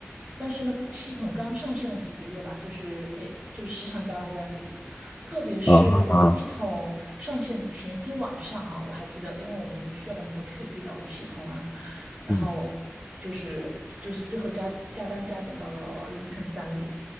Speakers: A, on the right (about 25°); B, on the left (about 35°).
A: 但是呢，系统刚上线了几个月吧，就是哎，就时常加班加点，特别是系统上线的前一天晚上哈，
B: 啊啊，
A: 我还记得，因为我们需要把很多数据导入系统啊，然后就是就是最后加加班加点到了凌晨三点，
B: 嗯，